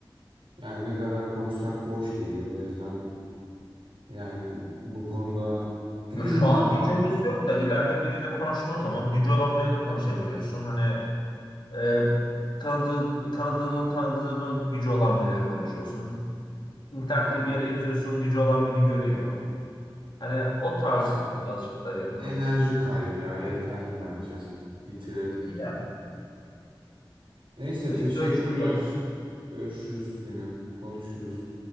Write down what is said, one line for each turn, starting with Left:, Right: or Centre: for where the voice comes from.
Right: Yani ne kadar konuşsak boş geliyor. O yüzden yani bu konuda <clears throat>
Left: Ya şu an
Right: da
Left: gücümüz yok da ileride biriyle konuştuğun zaman gücü olan biriyle konuşabiliyorsun. Hani e, tanıdığı, tanıdığının tanıdığının gücü olan biriyle konuşuyorsun. İnternette
Right: yok.
Left: bir yere yazıyorsun gücü olan biri görüyor. Hani o tarz
Right: Ben
Left: birazcık da durum.
Right: enerji kaybı ya yeterli bence. Bitirelim.
Left: İyi yani.
Right: Neyse
Left: E,
Right: teşekkürler.
Left: görüşürüz abi.
Right: Görüşürüz yine. Konuşuruz.